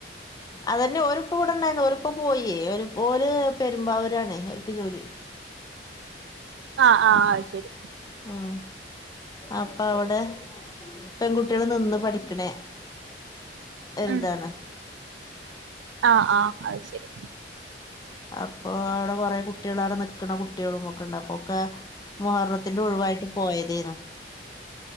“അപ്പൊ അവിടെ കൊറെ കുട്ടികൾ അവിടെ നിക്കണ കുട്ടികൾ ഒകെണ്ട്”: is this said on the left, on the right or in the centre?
Left